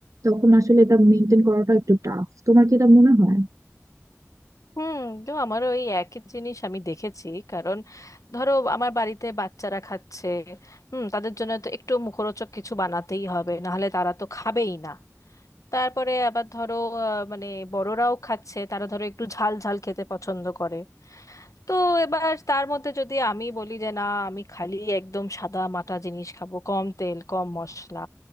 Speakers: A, on the right; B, on the left.
A: তখন আসলে এটা মেনটেন করাটা একটু টাফ তোমার কি এটা মনে হয়
B: হুম তো আমারও ওই একই জিনিস আমি দেখেছি কারণ ধরো আমার বাড়িতে বাচ্চারা খাচ্ছে হুম তাদের জন্য তো একটু মুখরোচক কিছু বানাতেই হবে নাহলে তারা তো খাবেই না তারপরে আবার ধরো আহ, মানে বড়রাও খাচ্ছে তারা ধরো একটু ঝাল ঝাল খেতে পছন্দ করে তো এবার তার মধ্যে যদি আমি বলি যে না আমি খালি একদম সাদা মাটা জিনিস খাবো কম তেল কম মশলা